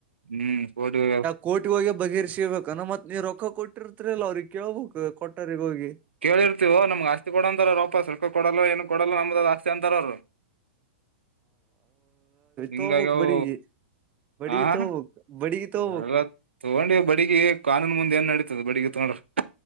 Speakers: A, on the right (about 80°); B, on the right (about 25°).
A: ಹ್ಮ್ ಕೋರ್ಟಿಗ ಹೋಗ್ಯದ್
B: ಕೋರ್ಟಿಗ್ ಹೋಗ್ಯ ಬಗೇರ್ರಿಸಿಬೇಕನ ಮತ್ ನೀವ ರೊಕ್ಕ ಕೊಟ್ಟಿರ್ತರಿಲ್ಲ ಅವ್ರಿಗೆ ಕೇಳ್ಬೇಕು ಕೊಟ್ಟರಿಗ ಹೋಗಿ
A: ಕೇಳಿರ್ತೀವು ನಮ್ಗ ಆಸ್ತಿ ಕೊಡ ಅಂತಾರ ರೂಪಾಯಿ ಕೊಡೋಲ್ಲ ಏನು ಕೊಡಲ್ಲ ನಮ್ದ ಅದು ಆಸ್ತಿ ಅಂತಾರ ಅವರು ಹಿಂಗಾಗ್ಯ
B: ತಗೋಬಕ್
A: ಅವು
B: ಬಡಿಗಿ ಬಡಿಗಿ
A: ಹ್
B: ತಗೋಬಕ್ ಬಡಿಗಿ ತಗೋಬಕ್
A: ಎಲ್ಲ ತಗೊಂಡಿವ ಬಡಿಗಿ ಕಾನೂನ್ ಮುಂದೆ ಏನ್ ನಡೀತದ ಬಡಿಗಿ ತಗೊಂಡ್ರಿ.